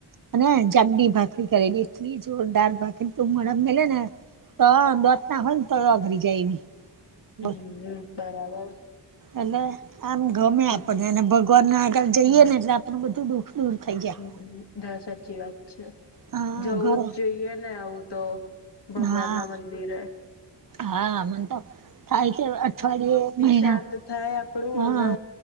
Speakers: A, on the right; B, on the left.
A: અને ચટણી ભાખરી કરેલી થી જોરદાર ભાખર તું મમે ઘલે ને તો દોત ના હોય ને તો અઘરી જાય એવી બ
B: હમ્મ બરાબર
A: એલે આમ ગમે
B: હમ
A: આપને અને ભગવાન ના આગળ જઈએ
B: હમ
A: ને એટલે આપણું બધું દુઃખ દૂર થઈ જાય
B: હમ ના સાચી વાત છે
A: હા
B: જવું
A: ઘર
B: જ જોઈએ ને હવું તો. ભગવાન
A: હા
B: ના મંદિર હ
A: હા મને તો થાય કે <unintelligible> અઠવાડિયે મહિના
B: શાંત થાય આપડું
A: હા
B: અને